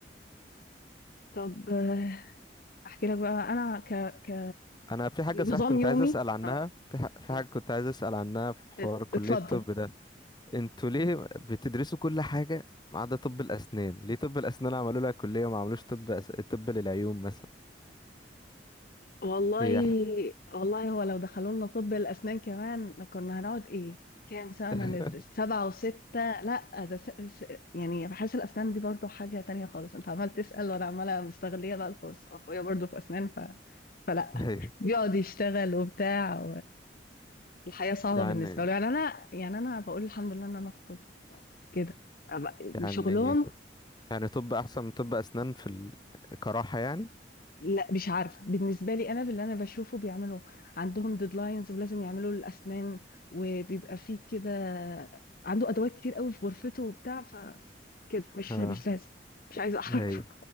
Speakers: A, on the left (about 55°); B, on the left (about 25°).
A: طب آه، احكي لك بقى انا ك ك
B: <laughs> انا في حاجه صح
A: نظام
B: كنت
A: يومي
B: عايز اسال عنها
A: اه
B: في, ح... في
A: اه
B: حاجه كنت عايز اسال عنها في حوار
A: ات-
B: كليه
A: اتفضل
B: الطب ده انتوا ليه بتدرسوا كل حاجه ما عدا طب الاسنان ليه طب الاسنان عملوا لها كليه وما عملوش طب أس... طب للعيون مثلا
A: والله
B: هي ح...
A: والله هو لو دخلوا لنا طب الأسنان كمان كنا هنقعد إيه كام سنة
B: <laughs>
A: ندرس سبعة وستة لا ده س... س... يعني بحس الأسنان دي برضو حاجة تانية خالص أنت عمال تسأل وأنا عمالة مستغلية بقى الفرصة أخويا برضو في أسنان ف... فلا
B: أيوة.
A: بيقعد يشتغل وبتاع والحياة صعبة
B: يعني
A: بالنسبة له يعني أنا يعني أنا بقول الحمد لله إن أنا في طب كده أبقى-
B: يعني
A: شغلهم
B: يعني طب احسن من طب اسنان في ال... كراحه يعني
A: لا مش عارفة بالنسبة لي أنا باللي أنا بشوفه بيعملوا عندهم ديدلاينز ولازم يعملوا الأسنان وبيبقى فيه كده عنده أدوات كتير قوي في غرفته وبتاع فكده مش
B: ها
A: مش لازم مش عايزة أعرف
B: هي